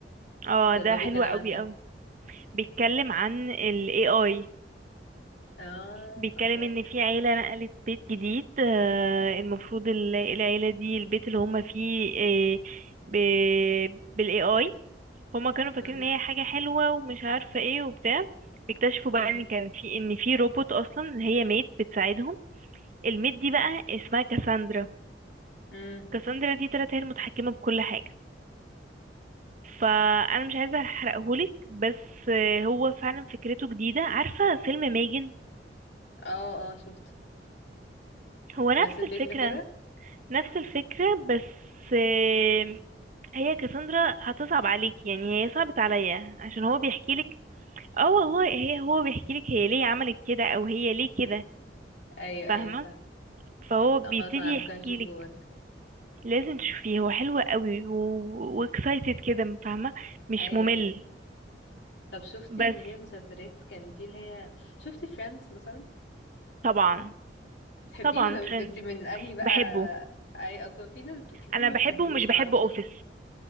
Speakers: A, on the right; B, on the left.
A: اه
B: ده اللي
A: ده
B: هو
A: حلو
B: بيتكلم
A: قوي
B: عن ايه
A: قوي بيتكلم عن ال AI
B: اه
A: بيتكلم
B: اوكي
A: ان في عيلة نقلت بيت جديد آه، المفروض ال- العيلة دي البيت اللي هم فيه آه، ب- بالاي اي هما كانوا فاكرين
B: امم
A: ان هي حاجة حلوة ومش عارفة ايه وبتاع اكتشفوا بقى
B: امم
A: ان كان في ان في روبوت اصلا هي ميد بتساعدهم الميد دي بقى اسمها كاساندرا
B: امم
A: كاساندرا دي طلعت هي المتحكمة بكل حاجة فانا مش عايزة احرقهولك بس آه، هو فعلا فكرته جديدة عارفة فيلم ميجن
B: اه اه شفته
A: هو نفس
B: نفس الفكره
A: الفكرة
B: كده
A: نفس الفكرة بس آم، هي كسندرا هتصعب عليك يعني هي صعبت عليا عشان هو بيحكي لك اه والله هي هو بيحكي لك هي ليه عملت كده او هي ليه كده
B: ايوه
A: فاهمة
B: ايوه فاهم
A: فهو
B: لا
A: بيبتدي
B: خلاص انا ممكن
A: يحكي
B: اشوفه
A: لك
B: برضه
A: لازم تشوفيه هو حلو قوي واكسايتد كده فاهمة مش
B: ايوه
A: ممل
B: ايوه طب شفتي
A: بس
B: اللي هي مسلسلات كان في اللي هي شفتي فريندز مثلا
A: طبعا
B: بتحبيه
A: طبعا
B: ولا مش-
A: فريندز
B: انت من انهي بقى
A: بحبه
B: اي اصلا في ناس كتير
A: انا
B: ما
A: بحبه
B: بتحبوش
A: ومش
B: معرفش
A: بحب اوفيس
B: ليه